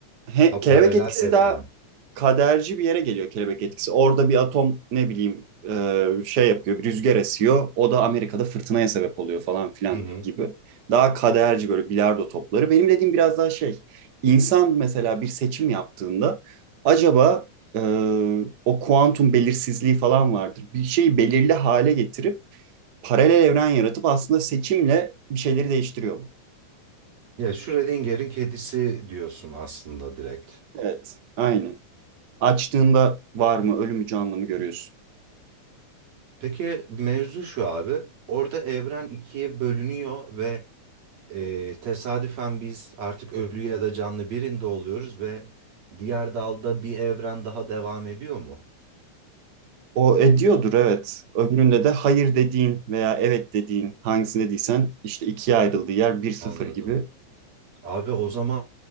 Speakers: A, on the right (about 85°); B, on the right (about 60°).
A: he-
B: Ha
A: kelebek
B: paralel
A: etkisi
B: evren.
A: daha kaderci bir yere geliyor kelebek etkisi. Orada bir atom ne bileyim e, şey yapıyor, bir rüzgar esiyor. O da Amerika'da fırtınaya sebep oluyor falan filan
B: Hı hı.
A: gibi. Daha kaderci böyle bilardo topları. Benim dediğim biraz daha şey. İnsan mesela bir seçim yaptığında acaba e, o kuantum belirsizliği falan vardır. Bir şeyi belirli hale getirip paralel evren yaratıp aslında seçimle bir şeyleri değiştiriyor mu?
B: Ya Schrödinger'in kedisi diyorsun aslında direkt.
A: Evet, aynen. Açtığında var mı, ölümü canlı mı görüyorsun?
B: Peki mevzu şu abi. Orada evren ikiye bölünüyor ve e, tesadüfen biz artık ölü ya da canlı birinde oluyoruz ve diğer dalda bir evren daha devam ediyor mu?
A: O ediyordur evet. Öbüründe de hayır dediğin veya evet dediğin hangisini dediysen işte ikiye ayrıldığı yer bir sıfır
B: Anladım.
A: gibi
B: Abi o zaman